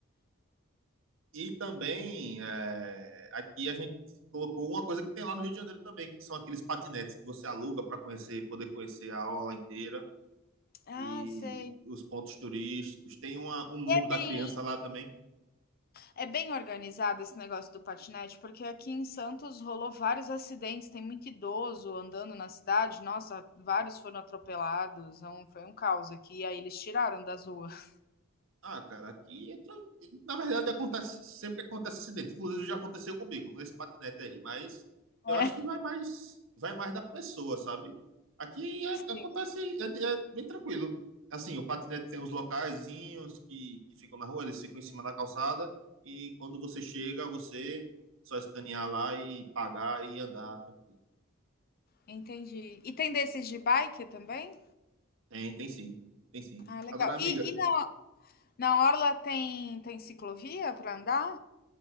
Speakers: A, on the right; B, on the left.
A: E também é, aqui a gente colocou uma coisa que tem lá no Rio de Janeiro também, que são aqueles patinetes que você aluga para conhecer, poder conhecer a orla inteira
B: Ah,
A: e
B: sei.
A: os pontos turísticos. Tem uma, um mundo
B: E é
A: da
B: bem
A: criança lá também,
B: é bem organizado esse negócio do patinete, porque aqui em Santos rolou vários acidentes, tem muito idoso andando na cidade. Nossa, vários foram atropelados, é um foi um caos aqui, aí eles tiraram das ruas. <laughs>
A: Ah, cara, aqui é tranquilo. Na verdade, acontece, sempre acontece acidente. Inclusive, já aconteceu comigo nesse patinete aí. Mas eu
B: É,
A: acho que vai mais, vai mais da pessoa, sabe? Aqui é-
B: sim,
A: acontece, é, é bem tranquilo. Assim, o patinete tem uns locaizinhos que, que ficam na rua, eles ficam em cima da calçada. E quando você chega, você só escanear lá e pagar e andar tranquilo.
B: entendi. E tem desses de bike também?
A: Tem, tem sim. Tem sim.
B: Ah, legal.
A: Agora, amiga,
B: E e na na orla tem tem ciclovia para andar?